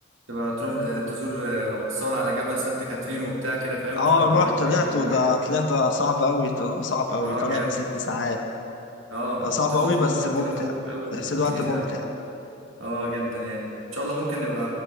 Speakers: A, on the right; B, on the left.
A: تبقى تروح آه، تزور آه، او بتصور على جبل سانت كاترين وبتاع كده فاهم
B: اه
A: فالحوار
B: رحت
A: بيبقى
B: طلعت
A: جامد
B: وده
A: قوي
B: طلعت صعب أوي طلع صعب أوي
A: اه
B: طالع
A: جامد
B: في ست ساعات
A: اه
B: آه، صعب
A: تاخد
B: أوي
A: فيه
B: بس
A: صورة
B: ممتع
A: كده فوق فاهم
B: في نفس الوقت
A: لذيذة
B: ممتع
A: أوي اه جدا يعني ان شاء الله ممكن نبقى